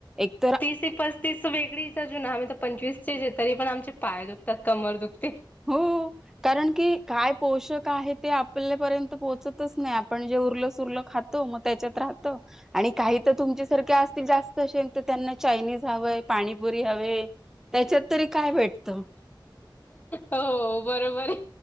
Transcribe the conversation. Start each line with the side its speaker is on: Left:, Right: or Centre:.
Centre: एक
Left: तिशी पस्तीस वेगळीच अजून आमही तर पंचवीस चेच तरी पण आमचे पाय दुखतात कमर दुखते
Centre: हो कारण की काय पोषक आहे ते आपल्यापर्यंत पोहोचतच नाही आपण जे उरलं सुरलं खातो मग त्याच्यात राहत आणि काही तर तुमच्यासारखे असतील जास्त असे तर त्यांना चायनीज हवंय पाणीपुरी हवे त्याच्यात तरी काय भेटतं
Left: हो बर बरोबर